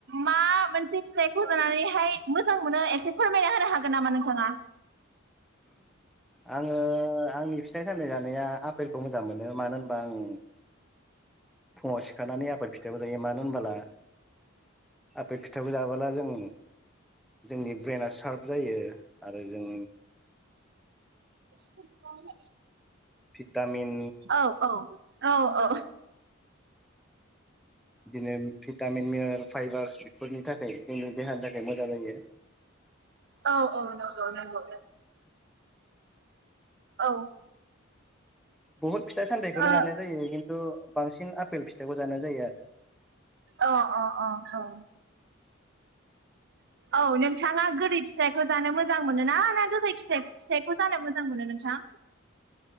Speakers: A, on the right; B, in the centre.
A: मा मोनसे फिथाइखौ लानानैहाय मोजां मोनो, एसे फोरमायना होनो हागोन नामा नोंथाङा?
B: आङो आंनि फिथाइ सामथाय जानाया आफपेलखौ मोजां मोनो मानो होनबा आं फुङाव सिखारनानै आफेल फिथाइखौ जायो मानो होनबोला आफपेल फिथाइखौ जाबो्ला जों जोंनि ब्रेनाआ सार्प जायो आरो जों
A: खस मोन
B: भिटामिन
A: औ औ औ औ
B: बिदिनो फिथ मिेल फाइबार बेफोरनि थाखाय जोंनो देहानि थाखाय मोजां जायो।
A: औ औ नंगौ नंगौ। औ
B: बहुत फिथाइ सामथाइखौनो
A: अ
B: जानाय जायो खिन्थु बांसिन आपेल फिथाइखौ जानाय जायो आरो।
A: अ अ औ औ नोंथाङा गोरिब फिथाइखौ जानो मोजां मोनोना ना गोखै फिथाइखौ जानो मोजां मोनो नोंथां।